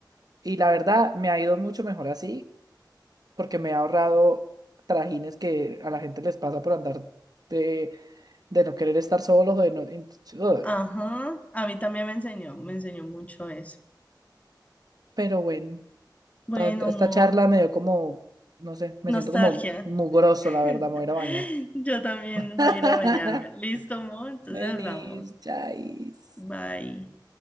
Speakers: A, on the right; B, on the left.
A: Y la verdad me ha ido mucho mejor así porque me ha ahorrado trajines que a la gente les pasa por andar de, de no querer estar solos o de no... en- Uy,
B: ajá, a mí también me enseñó, me enseñó mucho eso.
A: Pero bueno,
B: Bueno,
A: tanta-
B: amor,
A: esta charla me dio como, no sé, me
B: nostalgia.
A: siento como mugroso,
B: <laughs>
A: la verdad, me voy a ir a bañar.
B: Yo también
A: <laughs>
B: voy a ir a bañarme. Listo, amor, entonces
A: Venis,
B: hablamos.
A: Chais.
B: Bye.